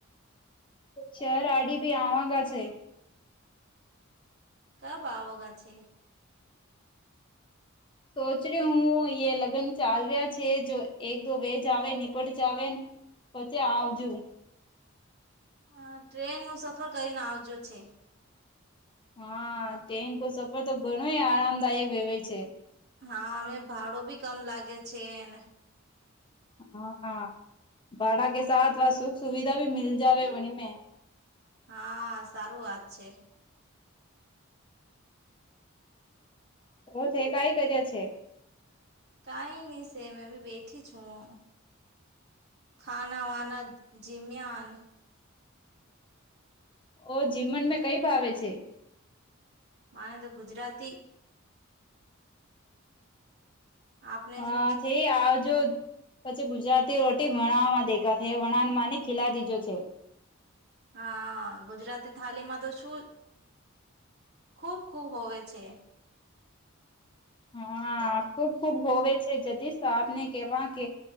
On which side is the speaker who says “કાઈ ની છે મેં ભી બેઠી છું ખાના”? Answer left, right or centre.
Right